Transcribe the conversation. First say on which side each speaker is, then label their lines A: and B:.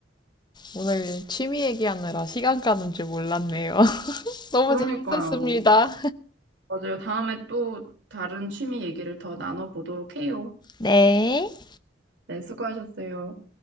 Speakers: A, on the left (about 25°); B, on the right (about 65°).
A: 오늘 취미 얘기하느라 시간 가는 줄 몰랐네요. <laughs> 너무
B: 그러니까요.
A: 재밌었습니다.
B: 맞아요. 다음에 또 다른 취미 얘기를 더 나눠보도록 해요.
A: 네.
B: 네. 수고하셨어요.